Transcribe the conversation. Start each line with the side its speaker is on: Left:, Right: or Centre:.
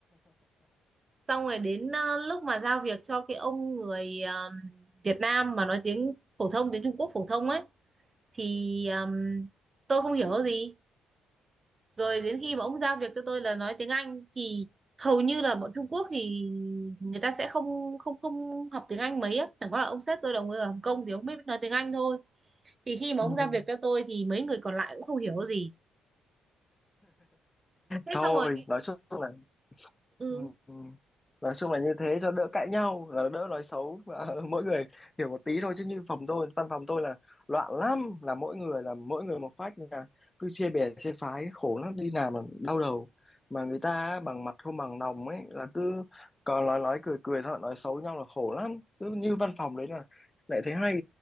Right: xong rồi đến ờ, lúc mà giao việc cho cái ông người ờm, Việt Nam mà nói tiếng phổ thông tiếng Trung Quốc phổ thông ấy thì ờm, tôi không hiểu gì rồi đến khi mà ông giao việc cho tôi là nói tiếng Anh thì hầu như là bọn Trung Quốc thì người ta sẽ không không không học tiếng Anh mấy á chẳng qua là ông sếp tôi là người ở Hồng Kông thì ông biết nói tiếng Anh thôi thì khi mà
Left: Ừ.
Right: ông giao việc cho tôi thì mấy người còn lại cũng không hiểu gì thế
Left: thôi
Right: xong rồi
Left: nói chung là
Right: ừ
Left: ừ. ừ. nói chung là như thế cho đỡ cãi nhau là đỡ nói xấu Và <laughs> mỗi người hiểu một tí thôi chứ như phòng tôi văn phòng tôi là loạn lắm là mỗi người là mỗi người một phách là cứ chia bè chia phái khổ lắm đi làm là đau đầu mà người ta á, bằng mặt không bằng lòng ấy là cứ còn nói nói cười cười thôi nói xấu nhau là khổ lắm cứ như văn phòng đấy là lại thấy hay